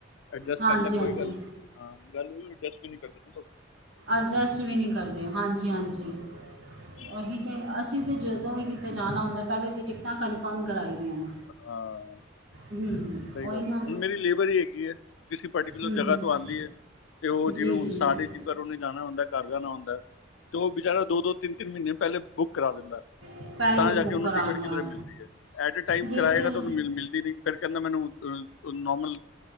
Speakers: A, on the left; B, on the right.
A: ਐਡਜਸਟ
B: ਹਾਂਜੀ
A: ਕਰ ਲੈ
B: ਹਾਂਜੀ
A: ਕੋਈ ਗੱਲ ਨੀ ਹਾਂ ਗੱਲ ਐਡਜਸਟ ਵੀ ਨੀ ਕਰਦੇ ਦਸੋ
B: ਅਡਜਸਟ ਵੀ ਨਹੀਂ ਕਰਦੇ ਹਾਂਜੀ ਹਾਂਜੀ
A: ਬਿਲਕੁਲ।
B: ਉਹੀ ਤੇ ਅਸੀਂ ਤੇ ਜਦੋਂ ਵੀ ਕਿਤੇ ਜਾਣਾ ਹੁੰਦਾ ਪਹਿਲੇ ਤੇ ਟਿਕਟਾਂ ਕਨਫਰਮ ਕਰਾਈ ਦੀਆ ਦੀਆਂ ਨੇ
A: ਹਾਂ
B: ਹੂੰ
A: ਸਹੀ
B: ਉਹੀ
A: ਗੱਲ
B: ਨਾ
A: ਹੈ ਹੁਣ ਮੇਰੀ ਲੇਬਰ ਹੀ ਹੈਗੀ ਹੈ ਕਿਸੇ ਪਰਟੀਕੂਲਰ
B: ਹੂੰ
A: ਜਗ੍ਹਾ
B: ਹੂੰ
A: ਤੋਂ ਆਉਂਦੀ ਹੈ ਤੇ ਉਹ
B: ਜੀ
A: ਜਿਵੇਂ ਹੁਣ
B: ਜੀ
A: ਸਾਡੇ ਚ ਪਰ ਉਹਨੇ ਜਾਣਾ ਹੁੰਦਾ ਘਰ ਜਾਣਾ ਹੁੰਦਾ ਏ ਤੇ ਉਹ ਵਿਚਾਰਾ ਦੋ ਦੋ ਤਿੰਨ ਤਿੰਨ ਮਹੀਨੇ ਪਹਿਲੇ ਬੁੱਕ ਕਰਾ ਦਿੰਦਾ ਏ
B: ਪਹਿਲੇ
A: ਤਾਂ ਜਾ
B: ਬੁੱਕ
A: ਕੇ ਉਹਨੂੰ
B: ਕਰਾਂਦਾ
A: ਟਿਕਟ ਕਿੱਧਰੇ ਮਿਲਦੀ ਹੈ ਐਟ ਏ ਟਾਈਮ
B: ਬਿਲਕੁਲ
A: ਕਰਾਏਗਾ ਤਾਂ ਉਹਨੂੰ ਮਿਲ ਮਿਲਦੀ ਨਹੀਂ ਫਿਰ ਕਹਿੰਦਾ ਮੈਨੂੰ ਅਹ ਔਹ ਨੋਰਮਲ